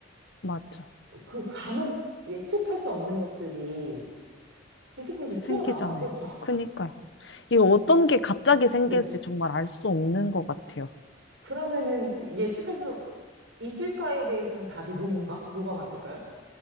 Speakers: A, on the left; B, on the right.
A: 맞죠.
B: 그 간혹 예측할 수 없는 것들이 불쑥불쑥
A: 생기잖아요.
B: 튀어나와. 그쵸? <laughs>
A: 그니까요. 이 어떤 게 갑자기 생길지
B: 네.
A: 정말 알 수 없는 것 같아요.
B: 그러면은 예측할 수 있을까에 대해서는 답이 노인가? 노가 많을까요?